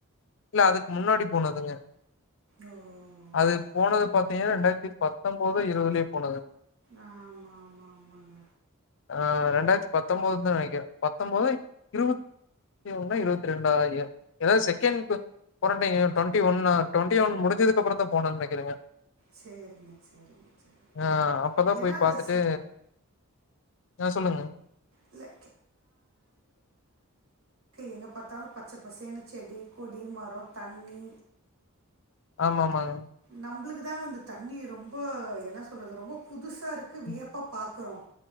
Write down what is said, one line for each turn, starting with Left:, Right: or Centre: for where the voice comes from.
Left: இல்ல அதுக்கு முன்னாடி போனதுங்க
Right: ஓ
Left: அது போனது பாத்தீங்னா ரெண்டாயிரத் தி பத்தம்போதோ இருவதுலயோ போனது
Right: ஆமா ஆமா ஆமாங்க
Left: ஆஹ் ரெண்டாயிரத்தி பத்தம்போது தா நெனக்கிற பத்தம்போதா இருவத்தி ஒன்னா இருவத்தி ரெண்டா ஏதாவ் செகண்ட் க் வாரன்டைன் டுவண்ட்டி ஒன்னா டுவண்ட்டி ஒன் முடிஞ்சதுக்கப்பறோந்தா போனன் நெனக்கிறங்க
Right: சேரிங்க சேரிங்க சேரி
Left: ஆ அப்பதா
Right: ஏனா
Left: போய்
Right: அந்த
Left: பாத்துட்டு
Right: ச
Left: ஆ சொல்லுங்க
Right: இல்லை எங்க பார்த்தாலும் பச்சை பசன்னு செடி கொடி மரம் தண்ணி
Left: ஆமா ஆமாங்க
Right: நம்புளுக்கு தங்க அந்த தண்ணிர் ரொம்ப என்ன சொல்றது ரொம்ப புதுசு சாக இருக்கு வியப்பாகார்க்குறோம்
Left: ம்